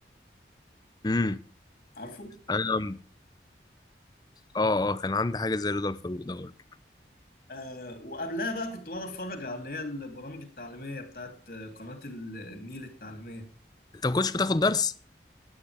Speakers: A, on the left; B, on the left.
A: امم
B: عارفه
A: أنا اه اه كان عندي حاجة زي رضا الفاروق ده برضه.
B: آه وقبلها بقى كنت بقعد اتفرج على اللي هي البرامج التعليمية بتاعت قناة النيل التعليمية
A: أنت ما كنتش بتاخد درس؟